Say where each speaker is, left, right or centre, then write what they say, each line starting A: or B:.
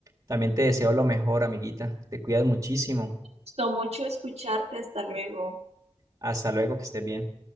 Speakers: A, on the right; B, on the right.
A: también te deseo lo mejor, amiguita. Te cuidas muchísimo.
B: Gustó mucho escucharte, hasta luego.
A: Hasta luego, que estés bien.